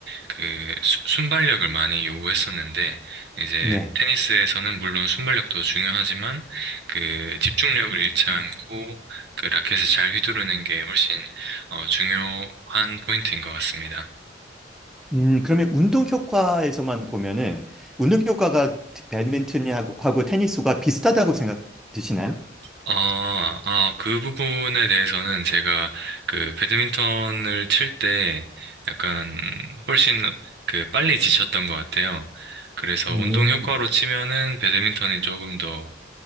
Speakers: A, on the right; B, in the centre.
A: 그 수- 순발력을 많이 요구했었는데, 이제
B: 네.
A: 테니스에서는 물론 순발력도 중요하지만, 그 집중력을 잃지 않고, 그 라켓을 잘 휘두르는 게 훨씬, 어, 중요한 포인트인 것 같습니다.
B: 음, 그러면 운동 효과에서만 보면은 운동 효과가 배드민턴하고 하고 테니스가 비슷하다고 생각 드시나요?
A: 아, 아, 그 부분에 대해서는 제가 그 배드민턴을 칠 때 약간 훨씬 그 빨리 지쳤던 것 같아요. 그래서
B: 음.
A: 운동 효과로 치면은 배드민턴이 조금 더